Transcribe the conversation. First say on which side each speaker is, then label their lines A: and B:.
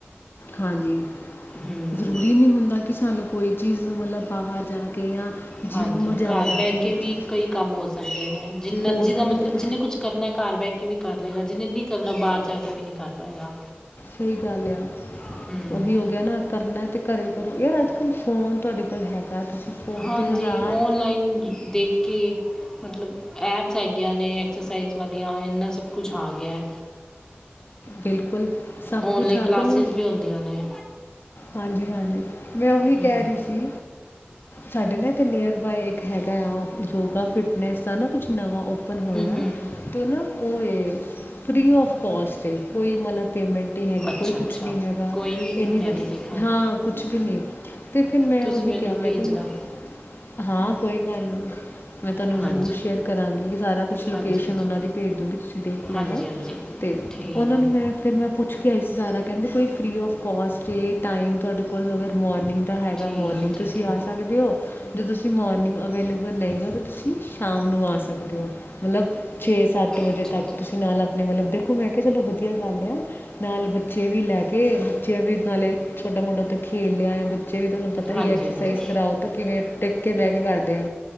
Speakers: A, on the left; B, on the left.
A: ਹਾਂਜੀ
B: ਹੂੰ
A: ਜ਼ਰੂਰੀ ਨਹੀ ਹੁੰਦਾ ਕਿ ਸਾਨੂੰ ਕੋਈ ਚੀਜ਼ ਮਤਲਬ ਬਾਹਰ ਜਾ ਕੇ ਜਾਂ
B: ਹਾਂਜੀ
A: ਜਿਮ ਜਾ
B: ਘਰ
A: ਜਾ
B: ਬਹਿ ਕੇ
A: ਇਹ
B: ਵੀ
A: ਚੀਜ਼
B: ਕਈ ਕੰਮ ਹੋ ਸਕਦੇ ਹੈ ਜਿੰਨਾ
A: ਹੋ
B: ਜਿਹਦਾ
A: ਸਕਦੇ
B: ਮਤਲਬ
A: ਨੇ
B: ਜਿੰਹਨੇ ਕੁਝ ਕਰਨਾ ਘਰ ਬਹਿ ਕੇ ਵੀ ਕਰ ਕਰਨਾ ਜਿਹਨੇ ਨੀ ਕਰਨਾ ਬਾਹਰ ਜਾ ਕੇ ਵੀ ਨੀ ਕਰ ਪਾਏਗਾ
A: ਸਹੀ ਗੱਲ ਆ
B: ਹੂੰ,
A: ਉਹੀ ਹੋ ਗਿਆ ਨਾ ਕਰਨਾ ਤੇ ਘਰੇ ਕਰੋ ਯਾਰ ਅੱਜ ਕੱਲ੍ਹ ਫੋਨ ਤੁਹਾਡੇ ਕੋਲ ਹੈਗਾ ਤੁਸੀਂ ਫੋਨ
B: ਹਾਂਜੀ
A: ਤੇ ਹਜ਼ਾਰ
B: ਔਨਲਾਈਨ ਦੇਖ ਕੇ ਮਤਲਬ ਐਪਸ ਹੈਗੀਆਂ ਨੇ ਐਕਸਰਸਾਈਜ਼ ਵਾਲੀਆਂ ਇੰਨਾ ਸਭ ਕੁਛ ਆ ਗਿਆ
A: ਬਿਲਕੁਲ ਸਭ
B: ਔਨਲਾਈਨ
A: ਕੁਝ ਆ
B: ਕਲਾਸਿਸ
A: ਗਿਆ ਹੁਣ
B: ਵੀ ਹੁੰਦੀਆਂ ਨੇ
A: ਹਾਂਜੀ ਹਾਂਜੀ ਮੈਂ ਉਹੀ
B: ਹੂੰ,
A: ਕਹਿ ਰਹੀ ਸੀ ਸਾਡੇ ਨੇ ਤੇ ਨੀਅਰ ਬਾਏ ਇੱਕ ਹੈਗਾ ਆ ਯੋਗਾ ਫਿਟਨੈਸ ਸਾਰਾ ਕੁਛ ਨਵਾਂ ਓਪਨ ਹੋਇਆ
B: ਹੂੰ, ਹੂੰ,
A: ਅਤੇ ਉਹ ਨਾ ਉਹ ਇਹ ਫ੍ਰੀ ਆਫ ਕਸਟ ਕੋਈ ਮਤਲਬ ਪੇਮੈਂਟ ਹੈਗੀ
B: ਅੱਛਾ-ਅੱਛਾ,
A: ਕੋਈ ਕੁਛ ਨੀ ਹੈਗਾ
B: ਕੋਈ ਨਹੀਂ
A: ਇੰਨੀ
B: ਮੈਂ
A: ਵਧੀਆ
B: ਵੀ ਦੇਖਾਂਗੀ,
A: ਹਾਂ ਕੁਛ ਵੀ ਨਹੀ ਤੇ ਫਿਰ ਮੈਂ
B: ਤੁਸੀਂ
A: ਉਹੀ
B: ਮੈਨੂੰ
A: ਕਿਹਾ ਮੈਂ
B: ਭੇਜਣਾ,
A: ਕਿਹਾ ਹਾਂ ਕੋਈ ਗੱਲ ਨਹੀਂ ਮੈਂ ਤੁਹਾਨੂੰ
B: ਹਾਂਜੀ,
A: ਜ਼ਰੂਰ ਸ਼ੇਅਰ ਕਰਾਂਗੀ ਕਿ ਸਾਰਾ ਕੁਛ ਲੋਕੇਸ਼ਨ
B: ਹਾਂਜੀ, ਹਾਂਜੀ,
A: ਉਹਨਾਂ ਦੀ ਭੇਜ ਦੂੰਗੀ ਤੁਸੀਂ ਦੇਖ ਲੈਣਾ
B: ਹਾਂਜੀ, ਹਾਂਜੀ,
A: ਅਤੇ
B: ਠੀਕ
A: ਉਹਨਾਂ
B: ਹੈ,
A: ਨੂੰ ਮੈਂ ਫਿਰ ਮੈਂ ਪੁੱਛ ਕੇ ਆਈ ਸੀ ਸਾਰਾ ਕਹਿੰਦੇ ਕੋਈ ਫਰੀ ਆਫ ਕੋਸਟ ਏ ਟਾਈਮ ਤੁਹਾਡੇ ਕੋਲ ਅਗਰ ਮੋਰਨਿੰਗ ਦਾ ਹੈਗਾ
B: ਠੀਕ,
A: ਮੋਰਨਿੰਗ
B: ਠੀਕ
A: ਤੁਸੀਂ
B: ਹੈ,
A: ਆ ਸਕਦੇ ਹੋ ਜੇ ਤੁਸੀਂ ਮੋਰਨਿੰਗ ਅਵੇਲੇਬਲ ਨਹੀਂ ਹੋ ਤਾਂ ਤੁਸੀਂ ਸ਼ਾਮ ਨੂੰ ਆ ਸਕਦੇ ਹੋ ਮਤਲਬ ਛੇ ਸੱਤ ਅੱਠ ਵਜੇ
B: ਅੱਛਾ-ਅੱਛਾ।
A: ਤੱਕ ਤੁਸੀਂ ਨਾਲ ਆਪਣੇ ਮਤਲਬ ਦੇਖੋ ਮੈਂ ਚਲੋ ਵਧੀਆ ਗੱਲ ਆ ਨਾਲ ਬੱਚੇ ਵੀ ਲੈ ਕੇ ਬੱਚਿਆਂ ਵੀ ਨਾਲੇ ਛੋਟਾ ਮੋਟਾ ਉੱਥੇ ਖੇਲ ਲਿਆ ਆ ਬੇ ਵੀ ਤੁਹਾਨੂੰ ਪਤਾ
B: ਹਾਂਜੀ
A: ਹੀ ਐਕਸਰਸਾਈਜ਼
B: ਹਾਂਜੀ
A: ਕਰਾਓ ਤਾਂ ਕਿਵੇਂ ਟੇ ਬਹਿ ਕੇ ਕਰਦੇ